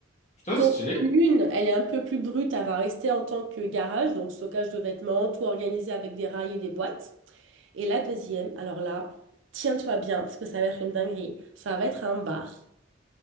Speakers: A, on the left (about 35°); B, on the right (about 75°).
A: Putain,
B: Donc,
A: c'est stylé.
B: l'une, elle est un peu plus brute, elle va rester en tant que garage, donc stockage de vêtements, tout organisé avec des rails et des boîtes. Et la deuxième, alors là, tiens-toi bien, parce que ça va être une dinguerie, ça va être un bar.